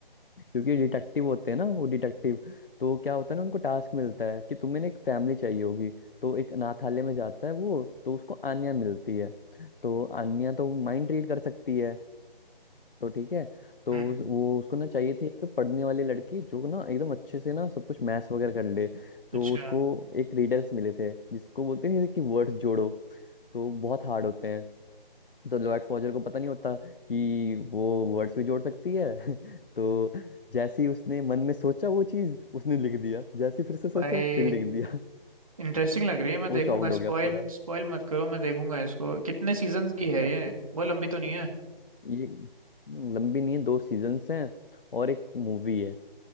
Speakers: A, on the left; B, on the right.
A: क्योंकि डिटेक्टिव होते हैं ना वो डिटेक्टिव तो क्या होता है ना उनको टास्क मिलता है कि तुम्हें ना एक फैमिली चाहिए होगी तो एक अनाथालय में जाता है वो तो उसको आन्या मिलती है तो आन्या तो माइंड रीड कर सकती है तो ठीक है तो
B: हम्म
A: उस, वो उसको ना चाहिए थी एक पढ़ने वाली लड़की जो ना एकदम अच्छे से ना सब कुछ मैथ्स वगैरह कर ले तो
B: अच्छा
A: उसको एक रिडल्स मिले थे जिसको बोलते नहीं है कि वर्ड्स जोड़ो तो बहुत हार्ड होते हैं तो लॉर्ड फॉजर को पता नहीं होता कि वो वर्ड्स भी जोड़ सकती है <laughs> तो जैसे ही उसने मन में सोचा वो चीज उसने लिख दिया जैसे ही फिर से सोचा
B: भाई
A: फिर लिख दिया
B: इंटरेस्टिंग लग
A: <laughs>
B: रही है मैं
A: वो
B: देखूंगा
A: शॉक्ड
B: स्पॉइल
A: हो गया पूरा
B: स्पॉइल मत करो मैं देखूंगा इसको कितने सीजन्स
A: <laughs>
B: की है ये वो लंबी तो नहीं है
A: ये लंबी नहीं है दो सीजन्स हैं और एक मूवी है